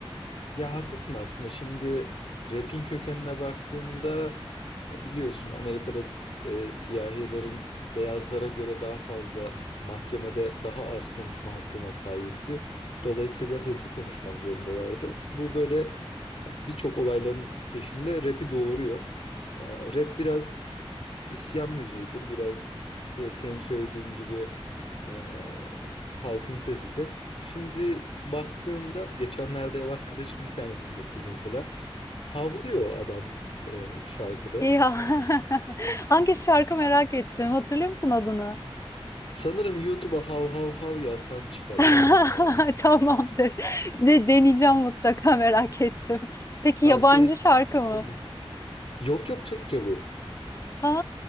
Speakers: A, on the left; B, on the left.
A: Ya haklısın aslında. Şimdi rap'in kökenine baktığımda ya biliyorsun Amerika'da e, siyahilerin beyazlara göre daha fazla mahkemede daha az konuşma hakkına sahipti. Dolayısıyla hızlı konuşmak zorundalardı. Bu böyle birçok olayların peşinde rap'i doğuruyor. E, rap biraz isyan müziğidir. Biraz işte senin söylediğin gibi eee, halkın sesidir. Şimdi baktığında geçenlerde ev arkadaşım bir tane dinletti mesela. Havlıyor adam eee, şarkıda.
B: Ya <laughs> hangi şarkı merak ettim. Hatırlıyor musun adını?
A: Sanırım YouTube'a hav hav hav yazsan çıkar
B: <laughs>
A: eminim yani.
B: Tamamdır. De, deneyeceğim mutlaka merak ettim. Peki
A: Tavsiye
B: yabancı şarkı
A: etmiyorum.
B: mı?
A: Yok yok Türkçe bu.
B: Ha